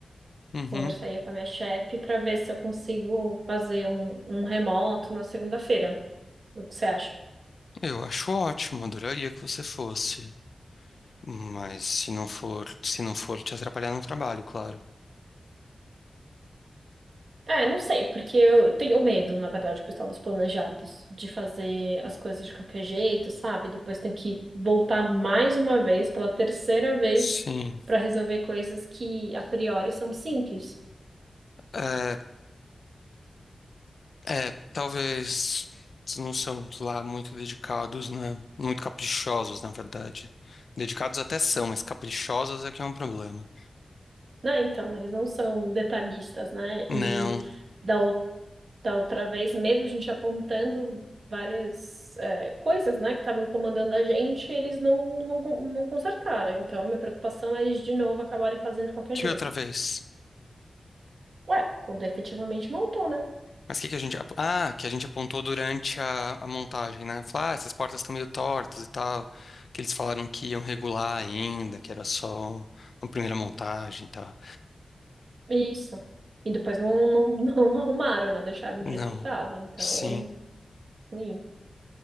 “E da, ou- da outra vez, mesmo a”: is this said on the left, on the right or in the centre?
Right